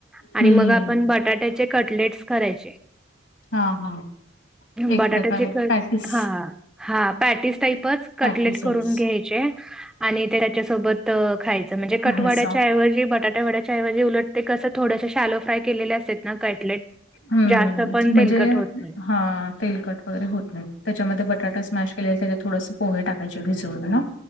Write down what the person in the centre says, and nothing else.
आणि
मग आपण बटाट्याचे कटलेट्स करायचे.
बटाट्याचे
तर,
हा. हा, पॅटीस टाईपच कटलेट
करून घ्यायचे, आणि ते त्याच्यासोबत खायचं, म्हणजे कटवाड्याच्या
ऐवजी बटाट वड्याच्या ऐवजी, उलट ते कसं थोडस शॅलो फ्राय केले असतात ना कटलेट
जास्त पण
तेलकट होत नाही.